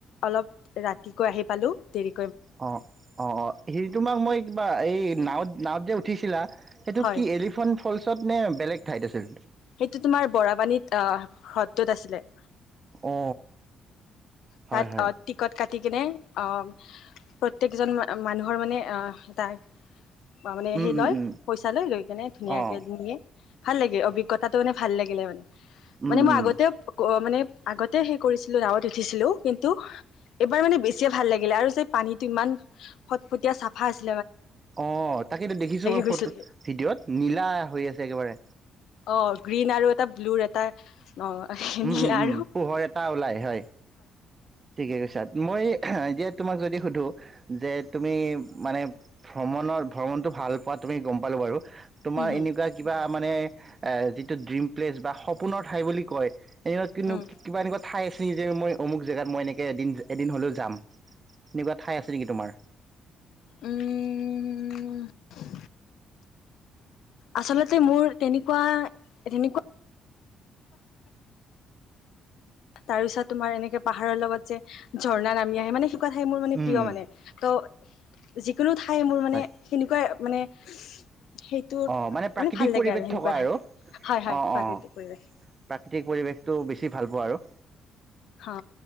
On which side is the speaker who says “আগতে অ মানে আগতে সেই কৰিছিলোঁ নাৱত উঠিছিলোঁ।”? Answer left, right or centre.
Left